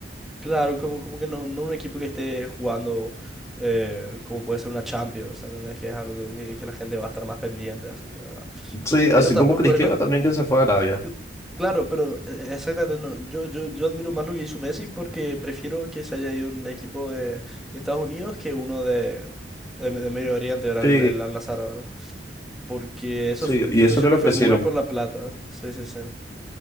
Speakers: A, in the centre; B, on the left.
A: Claro, como, como que no, no un equipo que esté jugando eh, como puede ser una Champions, ¿entendés? Que es algo que, que la gente va a estar más pendiente, así, ¿verdad?
B: Sí,
A: Pero
B: así
A: tampoco
B: como Cristiano
A: es lo...
B: también que se fue a Arabia.
A: cl- Claro, pero eh, exactamente, no, Yo, yo, yo admiro más lo que hizo Messi porque prefiero que se haya ido un equipo de, de Estados Unidos que uno de, de, de Medio Oriente, ¿verdad?
B: Sí,
A: El, el Al-Nassr, ¿verdad? Porque eso
B: sí,
A: f-
B: y eso
A: considero
B: que le
A: que
B: ofrecieron.
A: fue muy por la plata, sí, sí, sí.